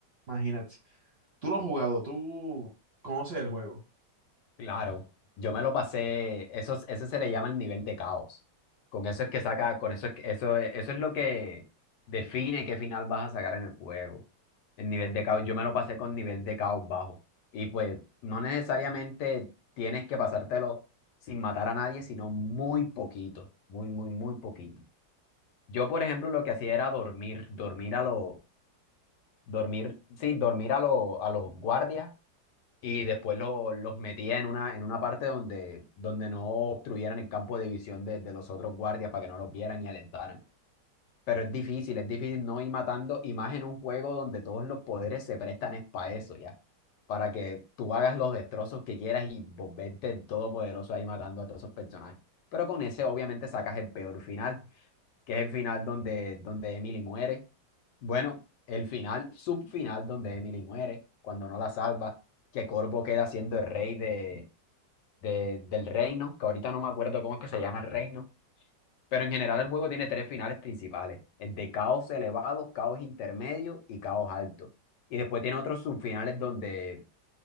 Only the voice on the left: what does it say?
Claro, yo me lo pasé, eso, es- ese se le llama el nivel de caos. Con eso es que saca, con eso es que, eso, es- eso es lo que define qué final vas a sacar en el juego. El nivel de caos, yo me lo pasé con nivel de caos bajo. Y pues no necesariamente tienes que pasártelo sin matar a nadie, sino muy poquito, muy, muy, muy poquito. Yo, por ejemplo, lo que hacía era dormir, dormir a lo Dormir, sí, dormir a, lo- a los guardias y después lo- los metía en una, en una parte donde, donde no obstruyeran el campo de visión de, de los otros guardias para que no los vieran y alentaran. Pero es difícil, es difícil no ir matando y más en un juego donde todos los poderes se prestan es para eso, ya. Para que tú hagas los destrozos que quieras y volverte el todopoderoso ahí matando a todos esos personajes. Pero con ese obviamente sacas el peor final que es el final donde, donde Emily muere. Bueno, el final, subfinal donde Emily muere, cuando no la salva, que Corvo queda siendo el rey de, de- del reino, que ahorita no me acuerdo cómo es que se llama el reino, pero en general el juego tiene tres finales principales, el de caos elevado, caos intermedio y caos alto. Y después tiene otros subfinales donde,